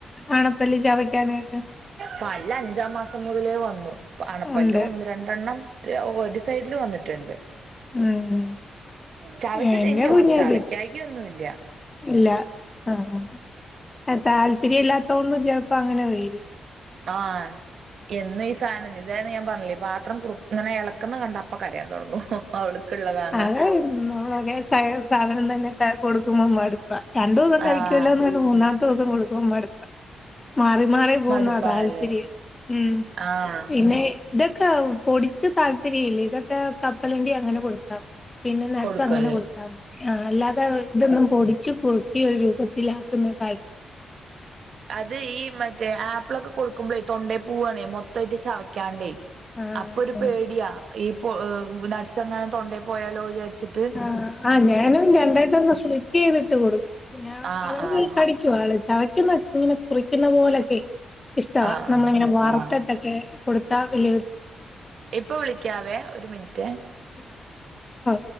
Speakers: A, on the left; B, on the right.
A: ആണപ്പല്ലി ചവയ്ക്കാനായിട്ട്
B: പല്ല അഞ്ചാം മാസം മുതലേ വന്നു അണപ്പല്ല്
A: ഉണ്ട്
B: ഒന്ന് രണ്ടെണ്ണം ഒര് സൈഡില് വന്നിട്ട്ണ്ട്
A: ഉം
B: ചവച്
A: എന്റെ
B: തിന്നും
A: കുഞ്ഞിത്
B: ചവയ്ക്കായികഒന്നും ഇല്ല
A: ഇല്ല ആഹ് അ താല്പര്യ ഇല്ലാത്ത കൊണ്ടും ചിലപ്പോ അങ്ങനെ വരും
B: ആഹ് എന്നും ഈ സാധനം ഇതാണ് ഞാൻ പറയല് പാത്രം കു ഇങ്ങനെ എള ഇളക്കണ കണ്ട പ്പം കരയാൻ തുടങ്ങും ഓൾക്ക്ള്ളതാണ്
A: അത് നമ്മളൊരേ സാധനം തന്നെ കൊടുക്കുമോ മട്പ്പ രണ്ടു ദിവസം കഴിക്കുലോന്ന്
B: ആഹ്
A: മൂന്നാമത്തെ ദിവസം കൊടുക്കുമ്പോ മട്പ്പ മാറി മാറി പോകുന്ന
B: മടുപ്പാണല്ലേ
A: താല്പര്യം ഉം
B: ആഹ്
A: പിന്നെ ഇതൊക്കെ പൊടിക്ക് താല്പര്യം ഇല്ലേ ഇതൊക്കെ കപ്പലണ്ടി അങ്ങനെ കൊടുത്താ പിന്നെ ന്ട്സ്
B: കൊടുക്കല്ലേ
A: അങ്ങനെ കൊടുത്താ മതി ആഹ് അല്ലാതെ ഇതൊന്നും പൊടിച്ചു ഇതരു കുറുക്കില്ല ത് ന്ന് താല്
B: അത് ഈ മറ്റേ ആപ്പിളൊക്കെ കൊടുക്കുമ്പോളേ തൊണ്ടേ പൂവണെ മൊത്തയിട്ട് ചവയ്ക്കാണ്ടേ
A: ആഹ്
B: അപ്പൊ ഒരു പേടിയാ ഈപ്പോ നട്സ് എങ്ങാനും തൊണ്ടയി പോയാലോ വിചാരിച്ച്
A: ആഹ് ആഹ് ആഹ് ഞാനും രണ്ടായിട്ട ഒന്ന് സ്റ്റ് ചെയ്തിട്ട് കൊടുക്കും പിന്നെ
B: ആഹ്
A: അതങ്ങ്
B: ആഹ്
A: കടി ചവക്കുന്നഒക്കെ ഇങ്ങനെ കുറിക്കുന്ന പോലൊക്കെ ഇഷ്ടാവ
B: ആഹ് ആഹ്
A: നമ്മളിങ്ങനെ വാർത്തട്ടൊക്കെ
B: ആഹ്
A: കൊടുത്താ വല്യയ
B: ഇപ്പൊ വിളിക്കാവേ ഒരു മിൻറ്റ്
A: ആഹ് അ